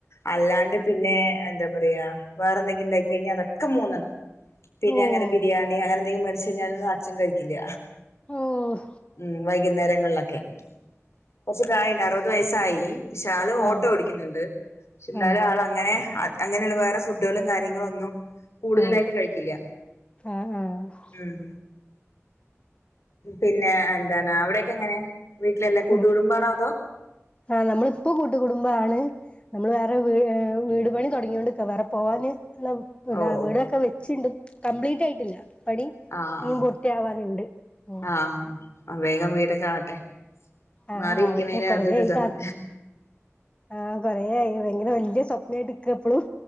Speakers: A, on the left; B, on the left.
A: അല്ലാണ്ട് പിന്നെ എന്താ പറയാ വേറെന്തെങ്കിലും ഉണ്ടായി കഴിഞ്ഞാൽ അതൊക്കെ മൂന്നെണ്ണം പിന്നെ
B: ഓഹ്
A: അങ്ങനെ ബിരിയാണി അങ്ങനെ എന്തെങ്കിലും മേടിച്ച് കഴിഞ്ഞാലൊനൊന്നും അച്ഛൻ കഴിക്കില്ല
B: ഓഹ്
A: ഉം വൈകുന്നേരങ്ങളിലൊക്കെ കുറച്ച് പ്രായം ഉണ്ട് അറു പത് വയസായി പക്ഷെ ആൾ
B: ആഹ് ആഹ്
A: ഓട്ടോ ഓടിക്കുന്നുണ്ട് പക്ഷെ എന്നാലും
B: ആഹ്
A: ആ ൾ അങ്ങനെ അങ്ങനെയുള്ള വേറെ ഫുഡുകളും കാര്യങ്ങളും ഒന്നും കൂടുതലായിട്ട്
B: ആഹ് ആഹ്
A: കഴിക്കില്ല
B: ആഹ് ആഹ്
A: ഉം പിന്നെ എന്താണ് അവിടെക്കെ എങ്ങനെ വീട്ടിലെല്ലാ കൂട്ടു
B: ഉം
A: കുടുംമ്പാണോ അതോ
B: ആഹ് നമ്മളിപ്പം കൂട്ടു കുടുംബമാണ് നമ്മള് വേറെ വി വീട് പണി തുടങ്ങികൊണ്ട് രിക്ക വേറെ പോവാന് ളം
A: ഓ
B: അവിടെയൊക്കെ
A: ഓ
B: വെച്ചുണ്ട് കംപ്ലീറ്റ് ആയിട്ടില്ല പണി
A: ആഹ്
B: ഇനിയും ബുർത്തിയാവാനുണ്ട് ഓഹ്
A: ആഹ് ആ വേഗം വീടൊക്കെ ആക്കട്ടെ
B: ആഹ്
A: മാറിയിരിക്കുന്നതിന്
B: ആവട്ടെ കൊറേയായി
A: അതൊരു ഇതാണ്
B: കാ ആഹ് കൊറെയായി ഭയങ്കര വലിയ സ്വപ്നമായിട്ട് നിക്കാ ഇപ്പോളും